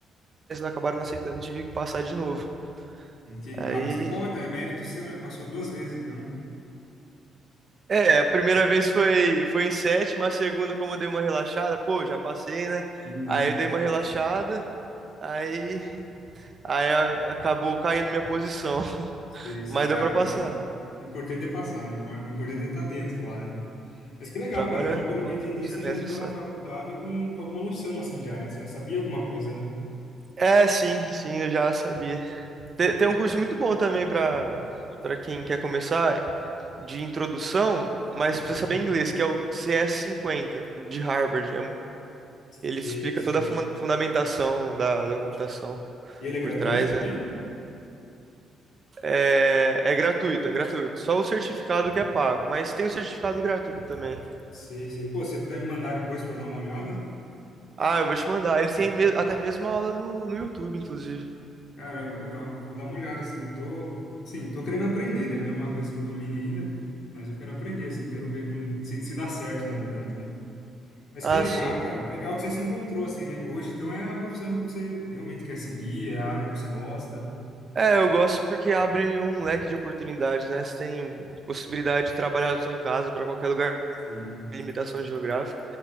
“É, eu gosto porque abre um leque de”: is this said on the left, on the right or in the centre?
Right